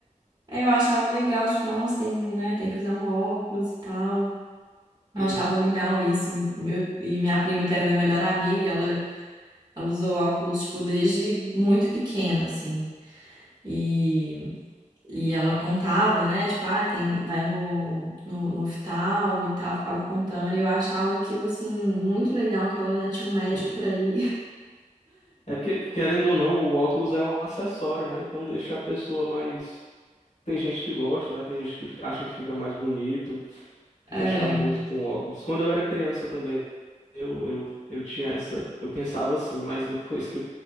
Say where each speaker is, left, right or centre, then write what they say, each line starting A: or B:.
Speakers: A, on the right; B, on the left.
A: é, eu achava legal, tipo, nossa, tem, né, tem que usar um óculos e tal.
B: <laughs>
A: Eu
B: Uhum.
A: achava legal isso. Meu, e minha prima, que era minha melhor amiga, ela, ela usou óculos, tipo, desde muito pequena, assim. E, e ela contava, né? Tipo, ah, tem, vai no, no, no oftalmo e tal, ficava contando. E eu achava aquilo, assim, muito legal, que ela, né, tinha um médico
B: uhum.
A: pra ir.
B: É porque, querendo ou não, o óculos é um acessório, né? Então deixa a pessoa mais. Tem gente que gosta, né? Tem gente que acha que fica mais bonito, fica
A: <laughs>
B: charmoso com óculos. Quando eu era criança também, eu, eu, eu tinha essa. Eu pensava assim, mas <laughs> depois que eu